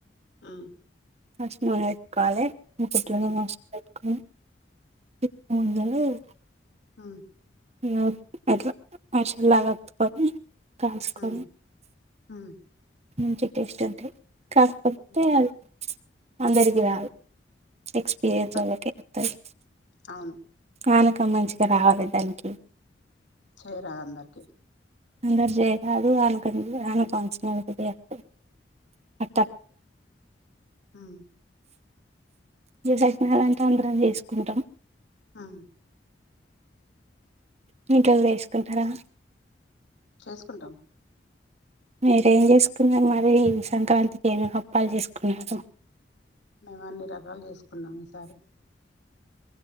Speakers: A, on the left; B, on the right.
A: ఉహ్మ్
B: ఫస్ట్ నూనె పెట్టుకోవాలి. ఉమ్ ఫస్ట్ లనే నూనె పెట్టుకోని <inaudible>
A: ఉమ్
B: ఇగ ఎట్లా. మచ్లాగ ఒత్తుకొని కాల్చుకొని.
A: హ్మ్ హ్మ్
B: మంచి టేస్ట్ అంటే. కఫ్ కొట్టేయాలి.
A: హ్మ్
B: అందరికి
A: హ్మ్.
B: రాదు. తెక్స్ తీ
A: క
B: తలకెక్కుతది.
A: అవును.
B: ఆనక మంచిగా రావాలి దానికి
A: చేయరాదు అందరికి.
B: అందరి జేయ రాదు ఆహ్ అనుకం అనుకోసినద ఆహ్ అట్టా
A: ఉమ్
B: జసట్నాలంటా అందరం చేసుకుంటాం.
A: ఆహ్
B: మీ ఇంట్లో వేసుకుంటారా.
A: వేసుకుంటాం.
B: మీరేం చేసుకున్నారు మరి ఈ సంక్రాంతికి ఏమేమి అప్పాలు చేసుకున్నారు.
A: మేము అన్ని రకాలు చేసుకు కోన్నం ఈ సారి.